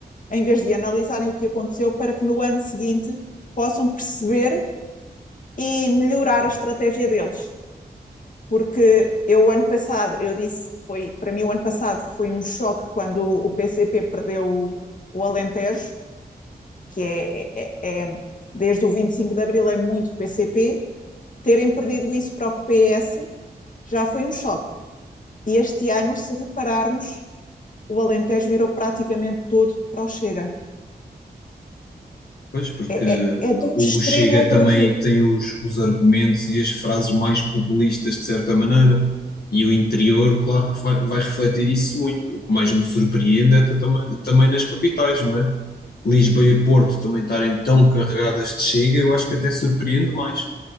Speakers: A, on the left; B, on the left.
A: em vez de analisarem o que aconteceu para que no ano seguinte possam perceber e melhorar a estratégia deles. porque eu ano passado, eu disse, foi, para mim o ano passado foi um choque quando o PCP perdeu o, o Alentejo, que é, é, é, é, desde o 25 de Abril é muito PCP, terem perdido isso para o PS já foi um choque. E este ano, se repararmos, o Alentejo virou praticamente todo para o Chega.
B: Pois, porque
A: É, é, é de um
B: o
A: extremo
B: Chega
A: ao
B: também
A: outro.
B: tem os, os argumentos e as frases mais populistas, de certa maneira. E o interior, claro que vai, vai refletir isso muito. O que mais me surpreende é ta- também, também nas capitais, não é? Lisboa e Porto também estarem tão carregadas de Chega, eu acho que até surpreende mais.